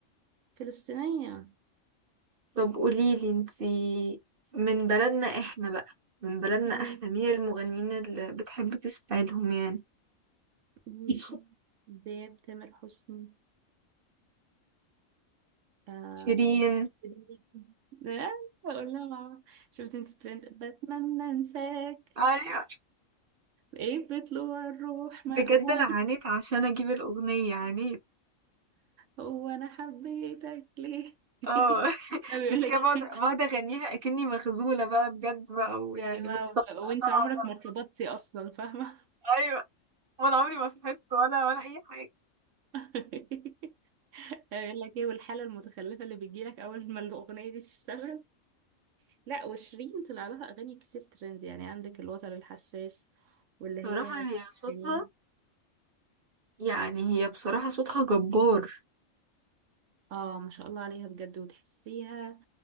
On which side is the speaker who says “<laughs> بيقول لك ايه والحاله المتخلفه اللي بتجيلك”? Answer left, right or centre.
Right